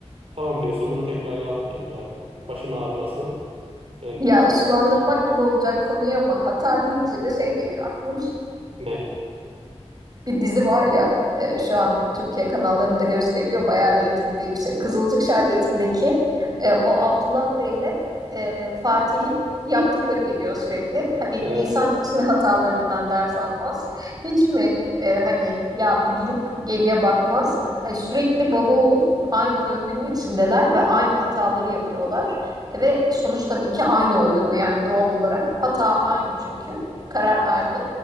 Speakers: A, on the right; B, on the right.
A: tamam diyorsun bunu tekrar yapmayayım yani. Başım ağrımasın. E,
B: Ya sulandırmak gibi olacak konuyu ama hata deyince de şey geliyor aklım
A: ne?
B: Bir dizi var ya e, şu an Türkiye kanallarında gösteriliyor. Bayağı reytingi de yüksek. Kızılcık Şerbeti'ndeki e, o Abdullah Bey'le e, Fatih'in yaptıkları geliyor sürekli. Hani
A: Evet.
B: insan hiç mi hatalarından ders almaz? Hiç mi e, hani ya bir durup geriye bakmaz? Hani sürekli baba oğul aynı döngünün içindeler ve aynı hataları yapıyorlar. E, ve sonuç tabii ki aynı oluyor. Yani doğal olarak hata aynı çünkü. Karar aynı.